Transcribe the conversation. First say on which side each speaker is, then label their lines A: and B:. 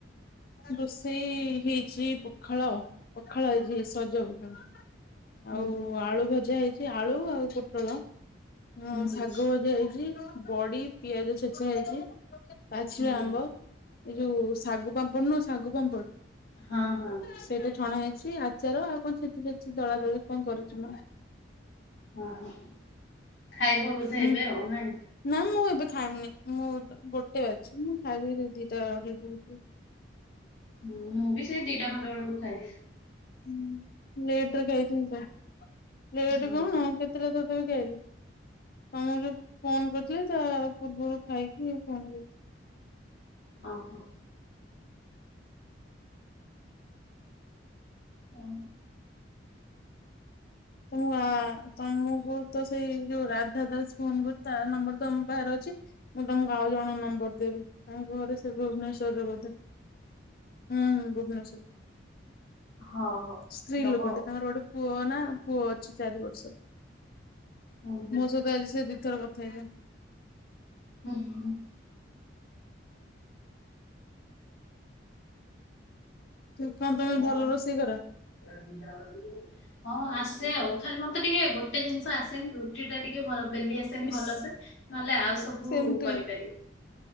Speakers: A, on the left; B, on the left.
A: ରୋଷେଇ ହେଇଚି ପଖାଳ, ପଖାଳ ଆଜି ହେଇଚି। ସଜ ପଖାଳ
B: ହୁଁ
A: ଆଉ
B: ହୁଁ
A: ଆଳୁ ଭଜା ହେଇଚି ଆଳୁ ଆଉ ପୋଟଳ ଉଁ
B: ହୁଁ
A: ଶାଗ ଭଜା ହେଇଚି ବଡି ପିଆଜ ଛେଚା ହେଇଚି ପାଚିଲା
B: ହୁଁ
A: ଆମ୍ବ ଏଇ ଯୋଉ ଶାଗୁ ପାମ୍ପଡ ନୁହଁ ଶାଗୁ ପାମ୍ପଡ
B: ହଁ ହଁ।
A: ସେଇଟ ଛଣା ହେଇଚି ଆଚାର ଆଉ କଣ ଛେଚି ଛେଚି ଦଳା ଦଳି କଣ କରୁଚି ମା।
B: ଓହୋ। ଖାଇବ ବୋଧେ
A: ହୁଁ
B: ଏବେ ଆଉ ନାଇଁ?
A: ନା ମୁଁ ଏବେ ଖାଇମିନି ମୁଁ ଗୋଟେ ବାଜିଚି ମୁଁ ଖାଇବି କେତେ ଦିଟା ଅଢେଇଟା ହେଇଯିବ।
B: ହଁ ମୁଁ ବି ସେଇ ଦିଟା ଖଣ୍ଡେ ବେଳକୁ ଖାଏ।
A: ହୁଁ ଲେଟ ରେ ଖାଇିଥିଲ ତ ଲେଟ
B: ହଁ
A: କଣ କେ <unintelligible> ଫୋନ କରିଥିଲେ ତା ପୂର୍ବରୁ ଖାଇକି ଫୋନ କରିଥିଲି।
B: ଓହୋ। ହଁ।
A: ତମ ଆ ତମକୁ ତ ସେଇ ଯୋଉ ରାଧା ଦାସ ଫୋନ ତା ନମ୍ବର ତ ତମ ପାଖରେ ଅଛି। ମୁଁ ତମକୁ ଆଉ ଜଣଙ୍କ ନମ୍ବର ଦେବି। ତାଙ୍କ ଘର ସେ ଭୁବନେସ୍ୱରରେ ବୋଧେ ହୁଁ ଭୁବନେଶ୍ଵର।
B: ହଉ ହଉ
A: ସ୍ତ୍ରୀ
B: ଦବ
A: ଲୋକଟେ ତାଙ୍କର ଗୋଟେ ପୁଅ ନା ପୁଅ ଅଛି ଚାରି ବର୍ଷର।
B: ଆଉ ହୁଁ
A: ମୋ ସହିତ ଆଜି ସେ ଦି ଥର କଥା ହେଇଛନ୍ତି।
B: <unintelligible>
A: <unintelligible> କଣ ତମେ ଭଲ
B: ଆଉ
A: ରୋଷେଇ କର।
B: <unintelligible> ହଁ ଆସେ ଆଉ। ଖାଲି ମତେ ଟିକେ ଗୋଟେ ଜିନିଷ ଆସେନି ରୁଟି ଟା ଟିକେ ଭ ବେଲି ଆସେ ଆସେନି
A: ଇସ୍
B: ଭଲସେ। ନହେଲେ ଆଉ ସବୁ
A: ସେମ ଟୁ
B: କରିପାରିବି।